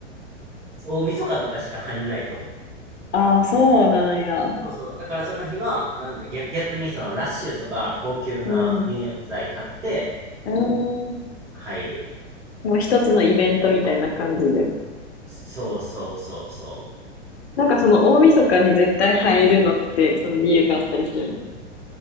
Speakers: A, on the right; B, on the left.
A: 大晦日とかしか入んないかも。
B: ああ、そうなんや。
A: そうそう。だからその日は、なんだ、逆、逆にそのラッシュとか高級な入浴剤買って
B: うん。うん。
A: 入る。
B: もう一つのイベントみたいな感じです。
A: そうそうそうそう。
B: なんかその大晦日に絶対入るのって、その理由があったりするの。